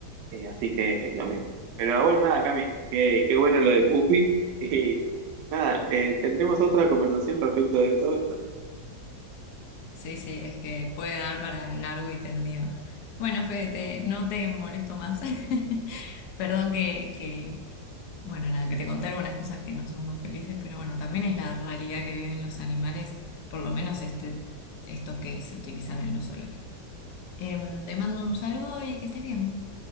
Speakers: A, on the right; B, on the left.
A: Eh, así que es lo mismo. Pero bueno, nada, Cami, qué, qué bueno lo de Pupi. <laughs> Y nada, eh, tendremos otra conversación respecto de todo esto.
B: Sí, sí, es que puede dar para largo y tendido. Bueno, Fede, te- no te molesto más. <laughs> Perdón que, que, bueno, nada, que te conté algunas cosas que no son muy felices, pero bueno, también es la realidad que viven los animales, por lo menos este, estos que se utilizan en los zoológicos. Em, te mando un saludo y que estés bien.